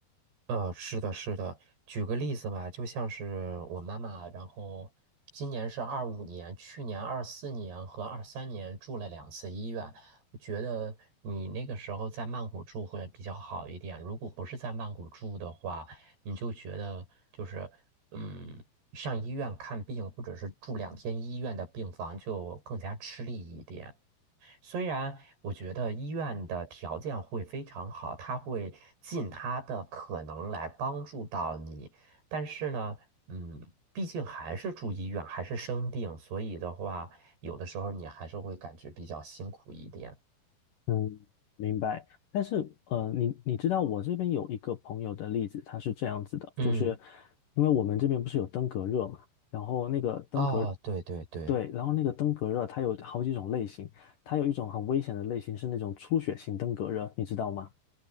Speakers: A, on the right (about 60°); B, on the left (about 60°).
A: 呃，是的，是的。举个例子吧，就像是我妈妈，然后今年是二五年，去年二四年和二三年住了两次医院。我觉得你那个时候在曼谷住会比较好一点，如果不是在曼谷住的话，你就觉得就是嗯，上医院看病或者是住两天医院的病房就更加吃力一点。虽然我觉得医院的条件会非常好，他会尽他的可能来帮助到你，但是呢，嗯，毕竟还是住医院，还是生病，所以的话，有的时候你还是会感觉比较辛苦一点。
B: 嗯，明白。但是，呃，你你知道我这边有一个朋友的例子，他是这样子的，
A: 嗯，
B: 就是因为我们这边不是有登革热嘛，然后那个登革，
A: 哦，对对对，
B: 对，然后那个登革热它有好几种类型，它有一种很危险的类型是那种出血性登革热，你知道吗？